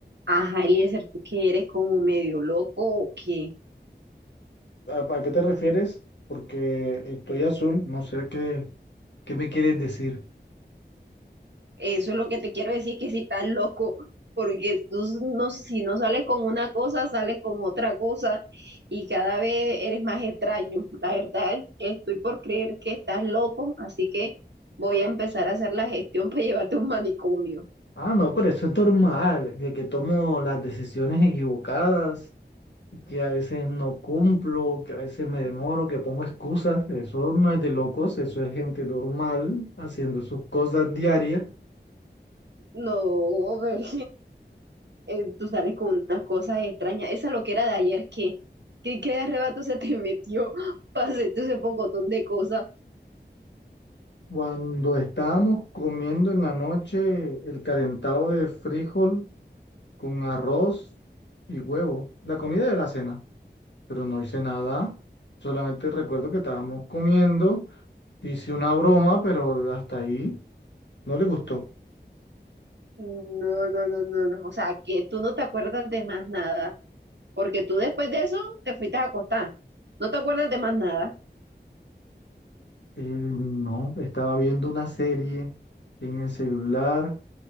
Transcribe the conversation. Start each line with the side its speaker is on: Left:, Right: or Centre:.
Right: Ajá, Eliezer, tú que eres como medio loco o qué?
Left: ¿A, a qué te refieres? Porque estoy azul, no sé qué, qué me quieres decir.
Right: Eso es lo que te quiero decir, que si estás loco, porque tú s- no, sé, si no sales con una cosa, sales con otra cosa y cada vez eres más extraño. La verdad, estoy por creer que estás loco, así que voy a empezar a hacer la gestión para llevarte a un manicomio.
Left: Ah, no, pero eso es normal, de que tomo las decisiones equivocadas, que a veces no cumplo, que a veces me demoro, que pongo excusas. Eso no es de locos, eso es gente normal haciendo sus cosas diarias.
Right: No, <laughs> ve, eh, tú sales con unas cosas extrañas. Esa loquera de ayer, ¿qué? ¿Qué, qué arrebato se te metió <laughs> para hacerte ese pocotón de cosas?
Left: Cuando estábamos comiendo en la noche el calentado de frijol con arroz y huevo, la comida de la cena. pero no hice nada. Solamente recuerdo que estábamos comiendo, hice una broma, pero hasta ahí no le gustó.
Right: No, no, no, no, no. O sea, que tú no te acuerdas de más nada, porque tú después de eso te fuiste a acostar. No te acuerdas de más nada.
Left: Eh, no, estaba viendo una serie en el celular.